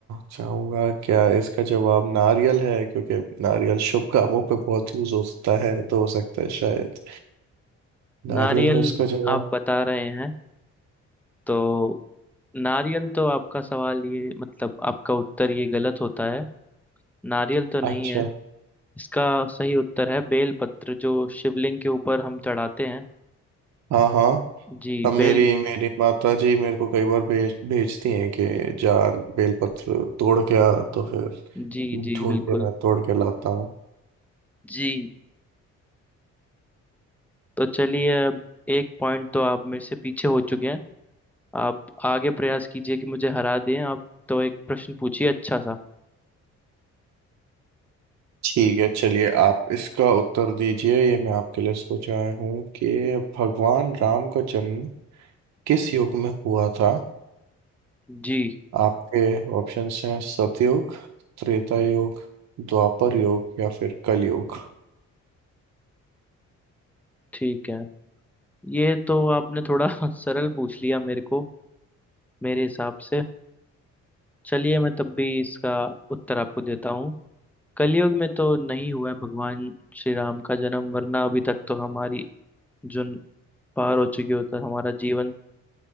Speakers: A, on the right (about 65°); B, in the centre.
A: चाहूंगा क्या इसका जवाब नारियल है क्योंकि नारियल शुभ कामों पे बहुत यूज होता है तो हो सकता है शायद नारियल
B: नारियल
A: हो इसका जवाब
B: आप बता रहे हैं तो नारियल तो आपका सवाल ये मतलब आपका उत्तर ये गलत होता है नारियल तो नहीं
A: अच्छा
B: है इसका सही उत्तर है बेल पत्र जो शिवलिंग के ऊपर हम चढ़ाते हैं
A: हाँ हाँ
B: जी
A: अब मेरी
B: बेल
A: मेरी माता जी मेरे को कई बार भेज भेजती हैं कि जान बेलपत्र तोड़ के आ तो फिर
B: जी जी
A: ढूंढ
B: बिल्कुल
A: के मैं तोड़ के लाता हूँ
B: जी तो चलिए अब एक पॉइंट तो आप मेरे से पीछे हो चुके हैं आप आगे प्रयास कीजिए कि मुझे हरा दें आप तो एक प्रश्न पूछिए अच्छा सा
A: ठीक है चलिए आप इसका उत्तर दीजिए ये मैं आपके लिए सोच आया हूँ कि भगवान राम का जन्म किस युग में हुआ था
B: जी
A: आपके ऑप्शंस हैं सतयुग त्रेता युग द्वापर युग या फिर कलयुग
B: ठीक है ये तो आपने थोड़ा <laughs> सरल पूछ लिया मेरे को मेरे हिसाब से चलिए मैं तब भी इसका उत्तर आपको देता हूँ कलयुग में तो नहीं हुआ है भगवान श्री राम का जन्म वरना अभी तक तो हमारी जो पार हो चुकी होता है हमारा जीवन